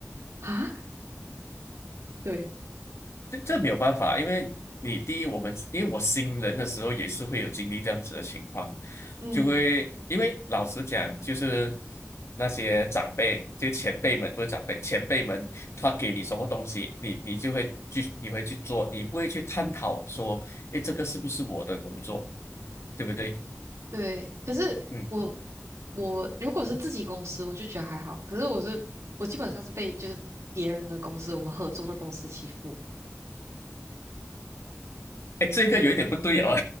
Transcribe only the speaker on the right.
啊，对，
嗯
嗯。
对，可是我
我如果是自己公司，我就觉得还好。可是我是我基本上是被就是别人的公司，我们合作的公司欺负，